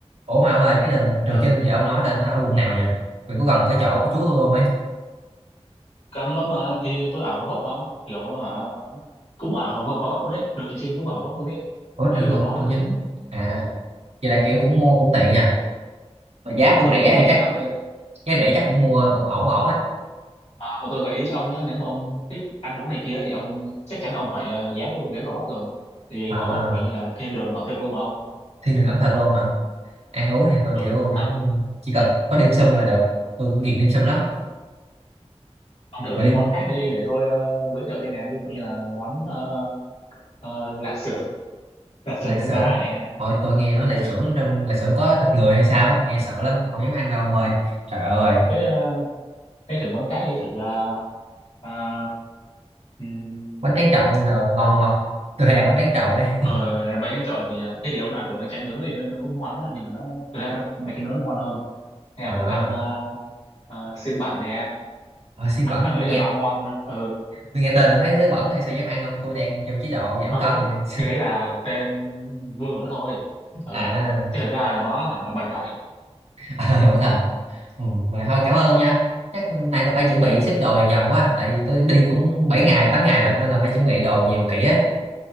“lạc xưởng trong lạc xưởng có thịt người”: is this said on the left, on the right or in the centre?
Right